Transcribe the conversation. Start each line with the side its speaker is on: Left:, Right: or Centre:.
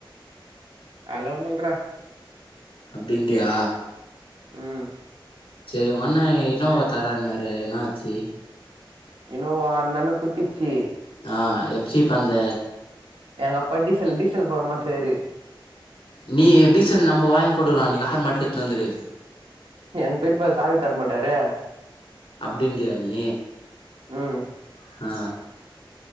Right: அதுலா ஒன்னுல்றா
Left: அப்டின்டுயா
Right: ம்
Left: சேரி உங்கண்ணா இனோவா தரேன்னாரே என்னாச்சி
Right: இனோவா அந்த அண்ண‌ குத்திச்சு
Left: ஆ எப் சிப் அந்த
Right: எங்க அப்பா டீசல் டீசல் போட மாட்றாரு
Left: நீ டீசல் நம்ம வாங்கி போட்டுகலா நீ கார் மட்டு எடுத்துனு வந்துரு
Right: எங் பெரிப்பா சாவி தரமாட்டாரே
Left: அப்டின்றியா நீ
Right: ம்
Left: ஆ